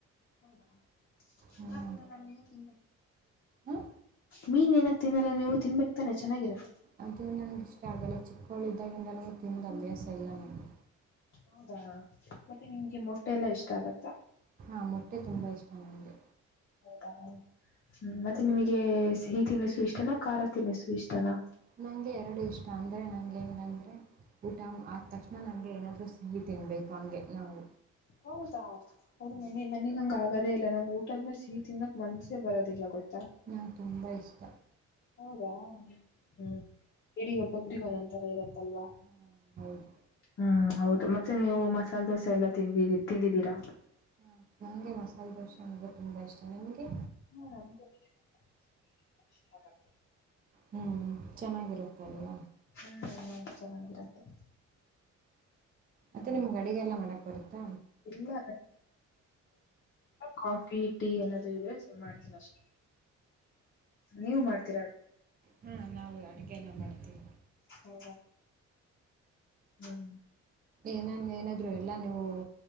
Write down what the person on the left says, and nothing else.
ಹೌದಾ
ನಗ್ತೀನಲ್ಲ ನೀವು ತಿ
ಮೀನ್ ಏನಕ್ ತಿನ್ನಲ್ಲ ನೀವು ತಿನ್ಬೇಕಕ್ ತಾನೆ ಚೆನ್ನಾಗಿರುತ್ತೆ
ಹೌದಾ ಮತ್ತೆ ನಿಮ್ಗೆ ಮೊಟ್ಟೆ ಎಲ್ಲಾ ಇಷ್ಟ ಆಗತ್ತಾ
ಹೌದ ಹ್ಮ ಮತ್ತೆ ನಿಮಗೆ ಸಿಹಿ ತಿನಿಸು ಇಷ್ಟನ ಖಾರ ತನ್ನಿಸು ಇಷ್ಟನ
ಹೌದಾ ಅ್ರ
ನ ನನಗ್ ಹಂಗ ಆಗದೇ ಇಲ್ಲ ನಂಗ್ ಊಟ ಆದ್ಮೇಲೆ ಸಿಹಿ ತಿದಕ್ ಮನ್ಸ ಬರೋದಿಲ್ಲ ಗೊತ್ತಾ
ಹೌದಾ ಹ್ಮ್ ಇಡಗ ಒಬ್ಬೊಬರಿಗ ಒಂದೊಂದ್ ತರ ಇರತ್ತಲ್ವಾ
ಹ್ಮ್ ಹೌದು ಮತ್ತೆ ನೀವು ಮಸಾಲೆ ದೋಸೆ ಎಲ್ಲಾ ತಿಂದ ತಿಂದಿದ್ದೀರಾ
ಹ
ಹ್ಮ್ ನ ಚೆನ್ನಾಗಿರುತ್ತೆ
ಇಲ್ಲ ಕಾಫಿ ಟೀ ಏನದು ಇದ್ರೆ ಚೆನ್ನ ಮಾಡ್ತೀನ ಅಷ್ಟೆ ನೀವು ಮಾಡ್ತೀರಾ
ಹ್ಮ ಹ್ಮ್